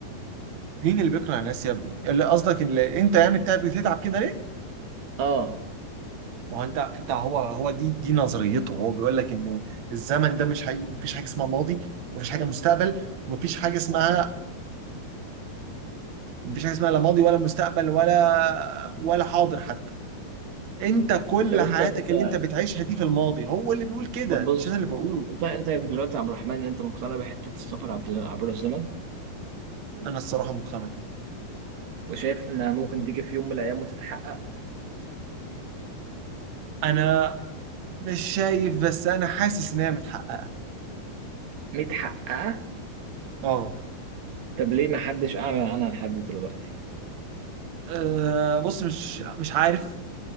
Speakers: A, on the right; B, on the right.
A: مين اللي بيقنع الناس يا ابني؟ اللي قصدك ان انت يعني بتاع بتتعب كده ليه؟
B: اه
A: ما هو انت انت هو هو دي دي نظريته هو بيقول لك ان الزمن ده مش حقيقي مفيش حاجه اسمها ماضي مفيش حاجه مستقبل مفيش حاجه اسمها مفيش حاجه اسمها لا ماضي ولا مستقبل ولا ولا حاضر حتى انت كل
B: طب
A: حياتك
B: انت انت
A: اللي انت بتعيشها دي في الماضي هو اللي بيقول كده
B: طب بص
A: مش انا اللي بقوله
B: انت انت دلوقتي يا عبد الرحمن انت مقتنع بحته السفر عبر عبر الزمن
A: انا الصراحه مقتنع
B: وشايف انها ممكن تيجي في يوم من الايام وتتحقق
A: انا مش شايف بس انا حاسس ان هي متحققه
B: متحققه
A: اه
B: طب ليه ما حدش اعلن عنها لحد دلوقتي
A: آه، بص مش مش عارف